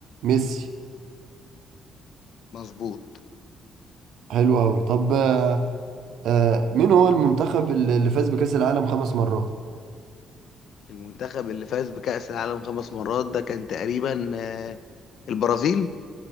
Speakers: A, on the right (about 80°); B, on the left (about 70°).
A: ميسي
B: مظبوط
A: حلو أوي طب آه آه، مين هو المنتخب اللي اللي فاز بكأس العالم خمس مرات
B: المنتخب اللي فاز بكأس العالم خمس مرات ده كان تقريبا آه، البرازيل